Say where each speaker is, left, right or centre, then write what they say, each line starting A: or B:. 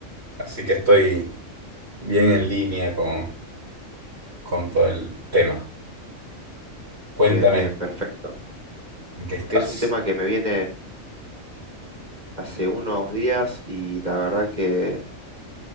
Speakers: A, on the right; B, on the right.
A: así que estoy bien en línea con, con todo el tema. Cuéntame,
B: Bien, bien, perfecto,
A: ¿en qué estás?
B: porque es un tema que me viene hace unos días y la verdad que,